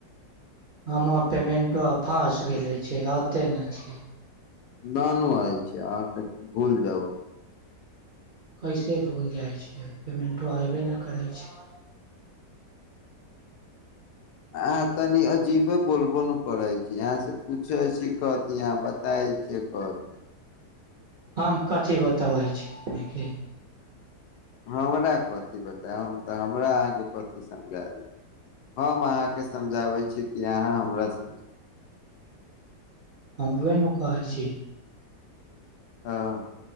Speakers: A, on the right (about 45°); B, on the left (about 70°).
A: हम पेमेंटो फाँस गेले छी ते ने छै।
B: नानू आय छै अहाँके भूल देब।
A: कैसे भूल जाइ छै पेमेंटो अयबे नहि करै छै।
B: अहाँ तनि अजीबे बोलबो नहि करै छी अहाँ से पूछे छी क। यहाँ बताय छ कहथि।
A: हम कथी बताबै छी अपनेके।
B: हमरा कथी बताय हम तऽ हमरा अहाँके कथि समझा देब हम अहाँके समझाबै छी कि अहाँ हमरा समझ।
A: ह उह ने कहइ छै।
B: हँ